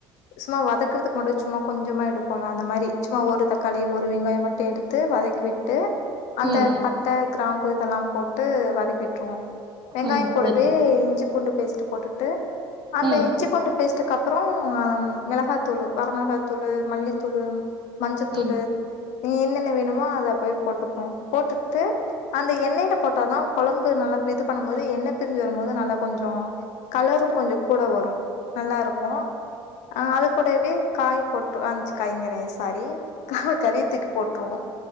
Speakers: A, on the left; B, on the right.
A: சும்மா வதக்கறக்கு மட்டும் சும்மா கொஞ்சோமா எடுப்போம்ல அந்த மாரி சும்மா ஒரு தக்காளி ஒரு வெங்காயம் மட்டும் எடுத் ட்டு வதக்கி விட்டு அந்த
B: ம் ம்
A: பட்ட கிராம்பு இதெல்லாம் போட்டு வதக்கி விட்டுருவோம் வெங்காயம்
B: ம்
A: கூடவே
B: சரி
A: இஞ்சி பூண்டு பேஸ்ட்டு போட்டுட்டு அந்த
B: ம்
A: இஞ்சி பூண்டு பேஸ்ட் ஆம்டுக்கு அப்பறோ மிளகாத்தூளு வரமிளகாய் தூளு மல்லித்தூளு மஞ்சத்தூளு
B: ம்
A: இன்னும் என்னென்ன வேணுமோ அத அப்டியே போட்டுக்குவோம் போட்டுட்டு அந்த எண்ணெய்ல போட்டாதான் குழம்பு நல்லா இது பண்ணும் போது எண்ணெய் பிரிஞ்சு வரும்போது நல்லா கொஞ்சோ கலரும் கொஞ்சம் கூட வரு நல்லா இருக்கும் அ அது கூடவே காய் போட்டு அஞ்ச்சு காய்ங்கர சாரி கஹா கரிய தூக்கிப் போற்றுவோ